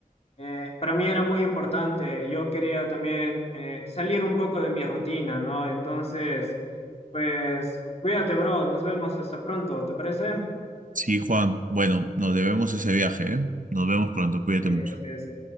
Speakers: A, on the left (about 45°); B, on the right (about 65°).
A: eh, para mí era muy importante. Yo quería también eh, salir un poco de mi rutina, ¿no? Entonces, pues, cuídate, bro, nos vemos hasta pronto, ¿te parece?
B: Sí, Juan, bueno, nos debemos ese viaje, ¿eh? Nos vemos pronto, cuídate
A: Sí,
B: mucho.
A: sí, sí.